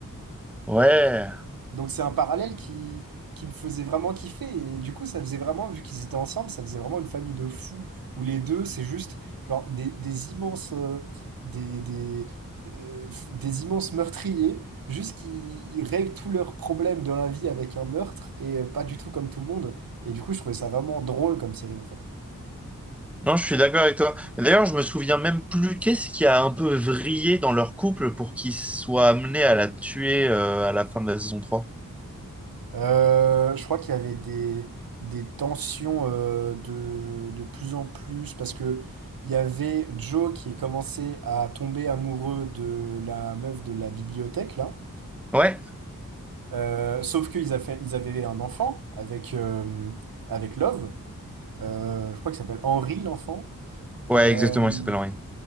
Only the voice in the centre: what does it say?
Ouais.
Non, je suis d'accord avec toi. Et D'ailleurs, je me souviens même plus qu'est-ce qui a un peu vrillé dans leur couple pour qu'ils soient amenés à la tuer euh, à la fin de la saison trois.
Ouais.
Ouais,
exactement, il s'appelle Henry.